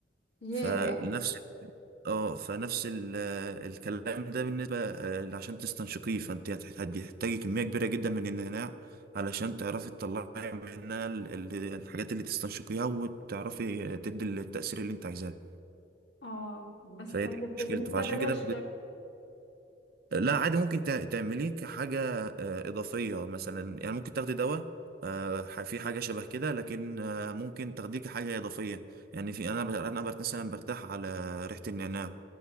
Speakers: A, on the left; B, on the right.
A: ياه
B: فنفس اه فنفس ال- آه، الكلام ده بالنسبة آه، عشان تستنشقيه فانت هتح- هتحتاجي كمية كبيرة جدا من النعناع علشان تعرفي تطلعي منها ال- ال- الحاجات اللي تستنشقيها وتعرفي آه، تدي التأثير اللي انت عايزاه
A: اه بس
B: فهي
A: طيب
B: دي مشكلته
A: بال-
B: فعشان
A: ده بلاش
B: كده
A: ده
B: لا عادي ممكن تع- تعمليه كحاجة آه، إضافية مثلا يعني ممكن تاخدي دواء آه، ح- في حاجة شبه كده لكن آه، ممكن تاخديه كحاجة إضافية يعني في أنا ب- أنا بر- مثلا برتاح على ريحة النعناع